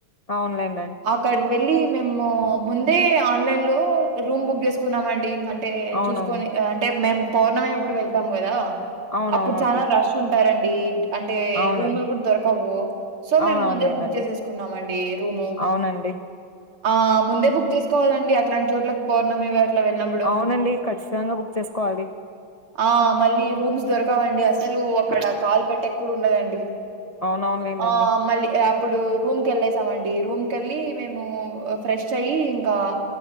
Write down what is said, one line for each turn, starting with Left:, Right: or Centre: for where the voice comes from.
Left: అవులేం
Right: అక్కడికి వెళ్ళి మేము ముందే ఆన్లైన్ లో రూమ్ బుక్ చేసుకున్నామండి. అంటే
Left: అవునవును
Right: చూసుకొని అంటే మేము పౌర్ణమి అప్పుడు వెళ్తాం కదా.
Left: అవునవునండి
Right: అప్పుడు చనా రష్ ఉంటారండి అంటే
Left: అవునండి
Right: రూములు కూడా దొరకవు సో
Left: అవునవునులేండండి
Right: మేము ముందే బుక్ చేసేసుకున్నాము అండి రూము
Left: అవునండి
Right: ఆ ముందే బుక్ చేసుకోవాలండి అట్లాంటి చోట్లకు పౌర్ణమి ఇవ వెళ్ళినప్పుడు
Left: అవునండి ఖచ్చితంగా బుక్ చేసుకోవాలి
Right: ఆ మళ్ళీ రూమ్స్ దొర్ కవు అండి అసలు అక్కడ కాల్ పెట్టే కూడా ఉండదండి
Left: అవునవునులేండండి
Right: ఆ మళ్ళీ ఆ అప్పుడు రూమ్కి ఎళ్ళేసామండి రూమ్కెళ్ళి మేము ఫ్రెష్ అయ్యి ఇంకా